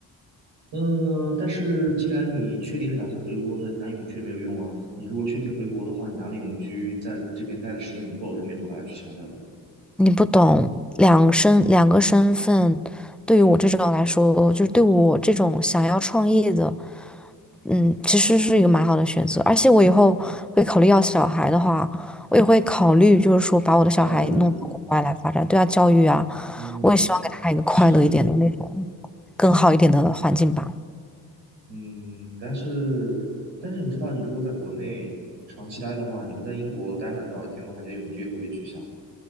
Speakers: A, on the right; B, in the centre.
A: 嗯，但是既然你确定是打算回国的，你拿永居也没有用啊。你如果确定回国的话，你拿了永居，在这边待的时间不够，他们也会把它取消掉的。
B: 你不懂，两身两个身份，对于我这种来说，就是对我这种想要创业的。嗯，其实是一个蛮好的选择，而且我以后会考虑要小孩的话，我也会考虑，就是说把我的小孩弄到国外来发展，
A: 教育问题，
B: 对他教育啊，
A: 嗯，
B: 我也希望给他一个快乐一点的那种，
A: 是
B: 更好一点的环境吧。
A: 嗯，但是但是你知道，你如果在国内长期待的话，你不在英国待满多少天的话，你的永居也会被取消。